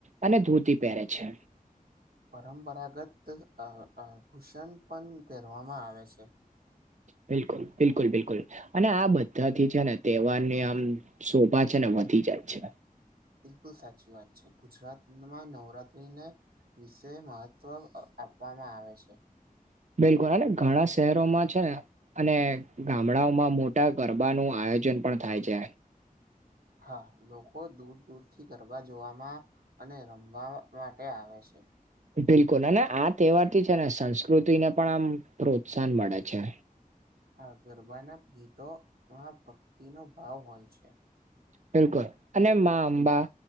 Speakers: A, on the right; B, on the right.
A: અને ધોતી પહેરે છે.
B: પરંપરાગત અ અ ભૂષણ પણ કહેરવામાં આવે છે.
A: બિલકુલ, બિલકુલ, બિલકુલ. અને આ બધા થી છે ને તહેવાર ની આમ શોભા છે ને વધી જાય છે.
B: બિલકુલ સાચી વાત છે, ગુજરાતમાં નવરાત્રીને વિશે મહત્વ આપવામાં આવે છે.
A: બિલકુલ અન ઘણા શહેરોમાં છે ને અને ગામડાઓમાં મોટા ગરબા નું આયોજન પણ થાય છે.
B: હા, લોકો દૂર દૂર થી ગરબા જોવામાં અને રમવા માટે આવે છે.
A: બિલકુલ અને આ તહેવાર થી છે ને સંસ્કૃતિ ને પણ આમ પ્રોત્સાહન મળે છે.
B: હા, ગરબાના ગીતોમાં ભક્તિનો ભાવ હોય છે.
A: બિલકુલ અને મા અંબા